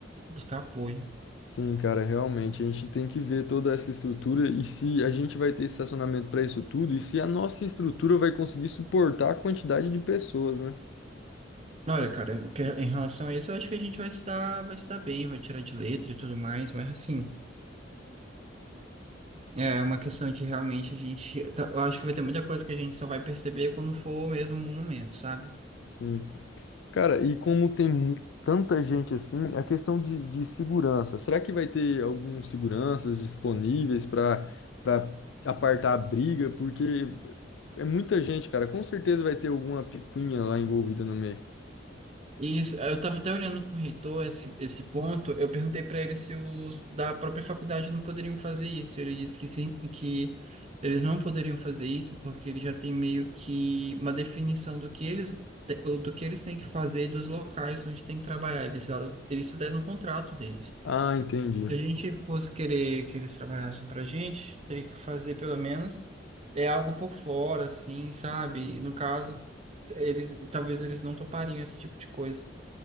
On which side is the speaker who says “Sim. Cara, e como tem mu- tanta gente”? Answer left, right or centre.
Left